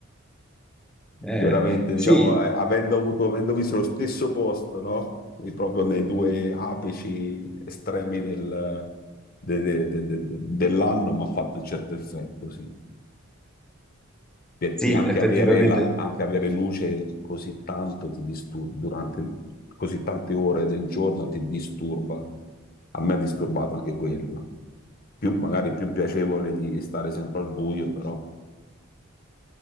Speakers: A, in the centre; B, on the left (about 45°).
A: Eh,
B: Veramente, diciamo,
A: sì,
B: a- avendo avuto, avendo visto lo stesso posto, no? E proprio nei due apici estremi del- de- de- de- de- de- dell'anno, mi ha fatto un certo effetto, sì. Perché
A: sì,
B: anche
A: effettivamente
B: avere, la- anche avere luce così tanto ti disturba, durante così tante ore del giorno ti disturba. A me ha disturbato anche quello. Più, magari più piacevole di stare sempre al buio, però.